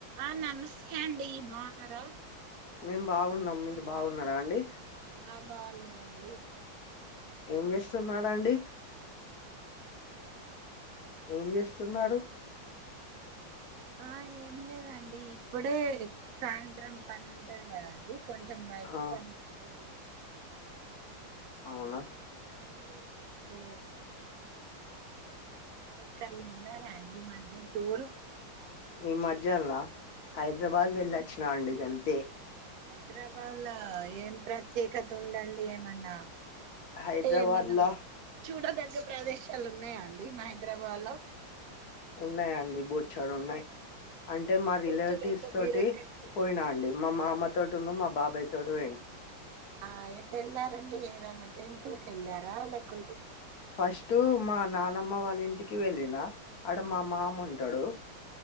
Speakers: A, on the right; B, on the left.
A: ఆ నమస్తే అండి బావున్నార
B: మేం బాగున్నాం మీరు బాగున్నరా అండి.
A: ఆ బాగున్నారండి బా
B: ఏం చేస్తున్నారండి
A: అ
B: ఏం చేస్తున్నారు
A: ఆ ఏం లేదండి ఇప్పుడే సాయంత్రం పని ఉంటది కదండి కొంచెం బయట
B: ఆ
A: పని ప్రిపేర్ చేసుకున్నాండి <unintelligible>
B: అవునా
A: ఇకా అండి మీకు ఎక్కడికన్నా ఎల్లారా అండి మధ్య టూర్
B: ఈ మజ్జల్న హైదరాబాద్
A: ఆ,
B: వెళ్లొచ్చినా అండి గంతే.
A: హైదరాబాద్ లో ఏం ప్రత్యేకత ఉందండి ఏమన్నా
B: హైదరాబాద్ల
A: అంటే ఏమన్నా చూడదగ్గ ప్రదేశాలు ఉన్నాయా అండి హైదరాబాద్ లో
B: ఉన్నాయ్ అండి బోచ్చాడున్నయ్. అంటే మా
A: కూర్చుంటే
B: రిలేటివ్స్ తోటి
A: మీరెక్కడికి వెళ్ళారండి
B: పోయినా అండి మా మామ తో. <unintelligible> మా బాబాయ్ తోడు పోయిన
A: ఆ ఎట్ వెళ్లారండి ఏదన్నా టెంపుల్ కెళ్ళారా లేకు
B: ఫస్టు మా నానమ్మ వాళ్ళ ఇంటికి వెళ్ళిన. ఆడ మా మామ ఉంటాడు